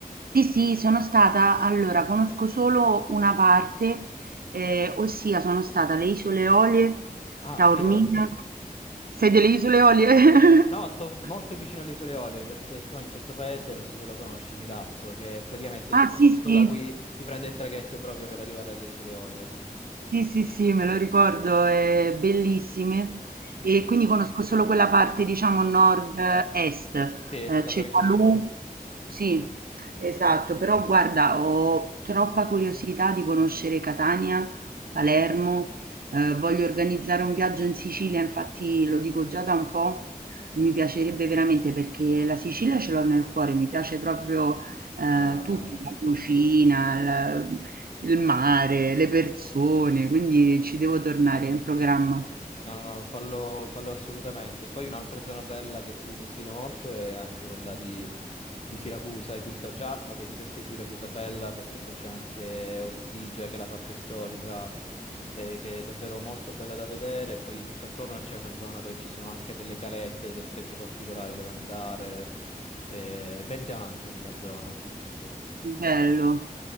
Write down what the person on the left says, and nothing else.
Ah,
e io? <laughs>
No, sto
molto vicino alle Isole Eolie perché sto in questo paese, non so se lo conosci, Milazzo, che è praticamente il
posto
da cui si prende il traghetto proprio per arrivare alle Isole Eolie.
Sì.
Ah,
ok. Sì,
la
provincia di Messina.
Mhm.
Ah,
ottimo.
No, no, no, fallo, fallo assolutamente. Poi un'altra zona bella che ti consiglio molto è anche quella di, di Siracusa e dintorni. Già, vabbè, di per sé Siracusa è bella perché poi c'è anche Ortigia, che è la parte storica, eh, che è davvero molto bella da vedere. E poi tutto attorno c'è una zona dove ci sono anche delle calette, delle spiagge particolari dove andare. Eh, merita anche quella zona, sì, sì, sì.